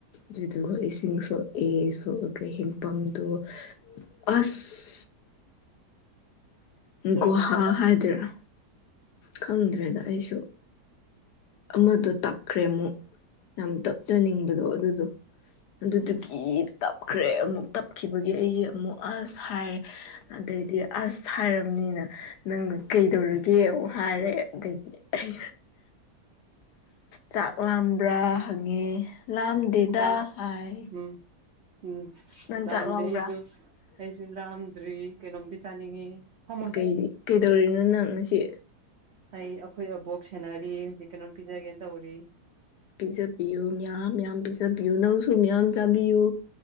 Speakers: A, on the left; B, on the right.
A: ꯑꯗꯨꯗꯨꯒ ꯏꯁꯤꯡ ꯁꯣꯛꯑꯦ ꯁꯣꯛꯑꯒ ꯍꯦꯟꯄꯝꯗꯣ ꯑꯁ
B: ꯀꯩꯗꯧꯔꯒꯦ
A: ꯒꯣꯍꯥ ꯍꯥꯏꯗꯣꯏꯔꯣ ꯈꯪꯗ꯭ꯔꯦꯗ ꯑꯩꯁꯨ ꯑꯃꯗꯣ ꯇꯞꯈ꯭ꯔꯦ ꯑꯃꯨꯛ ꯌꯥꯝ ꯇꯞꯆꯅꯤꯡꯕꯗꯣ ꯑꯗꯨꯗꯣ ꯑꯗꯨꯗꯨꯒꯤ ꯇꯞꯈ꯭ꯔꯦ ꯑꯃꯨꯛ ꯇꯞꯈꯤꯕꯒꯤ ꯑꯩꯖꯦ ꯑꯃꯨꯛ ꯑꯁ ꯍꯥꯏꯔꯦ ꯑꯗꯩꯗꯤ ꯑꯁ ꯍꯥꯏꯔꯕꯅꯤꯅ ꯅꯪꯅ ꯀꯩꯗꯧꯔꯤꯒꯦ ꯑꯃꯨ ꯍꯥꯏꯔꯦ ꯑꯗꯩꯗꯤ ꯑꯩꯅ ꯆꯥꯛ ꯂꯥꯝꯕ꯭ꯔꯥ ꯍꯪꯉꯦ ꯂꯥꯝꯗꯦꯗ
B: ꯆꯥꯛ
A: ꯍꯥꯏ
B: ꯎꯝ ꯎꯝ
A: ꯅꯪ
B: ꯂꯥꯝꯗꯦ
A: ꯆꯥꯛ ꯂꯥꯝꯕ꯭ꯔꯥ
B: ꯑꯩꯁꯨ ꯑꯩꯁꯨ ꯂꯥꯝꯗ꯭ꯔꯤ ꯀꯩꯅꯣꯝꯗꯤ ꯆꯥꯅꯤꯡꯉꯤ ꯐꯝꯃꯣ ꯁꯤꯗ
A: ꯀꯩ ꯀꯩꯗꯧꯔꯤꯅꯣ ꯅꯪ ꯉꯁꯤ
B: ꯑꯩ ꯑꯩꯈꯣꯏ ꯑꯕꯣꯛ ꯁꯦꯟꯅꯔꯤ ꯍꯧꯖꯤꯛ ꯀꯩꯅꯣꯝ ꯄꯤꯖꯒꯦ ꯇꯧꯔꯤ
A: ꯄꯤꯖꯕꯤꯌꯨ ꯃꯌꯥꯝ ꯃꯌꯥꯝ ꯄꯤꯖꯕꯤꯌꯨ ꯅꯪꯁꯨ ꯃꯌꯥꯝ ꯆꯥꯕꯤꯌꯨ